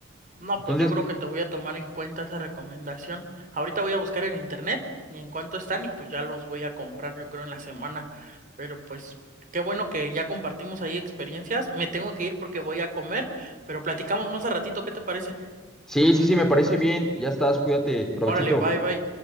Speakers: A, on the right; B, in the centre.
A: No,
B: Entonces,
A: pues yo creo que te voy a tomar en cuenta esa recomendación. Ahorita voy a buscar en internet y en cuánto están y pues ya los voy a comprar yo creo en la semana. Pero pues qué bueno que ya compartimos ahí experiencias. Me tengo que ir porque voy a comer, pero platicamos más a ratito, ¿qué te parece?
B: sí, sí, sí, me parece bien. Ya estás, cuídate, provechito.
A: Órale, bye bye.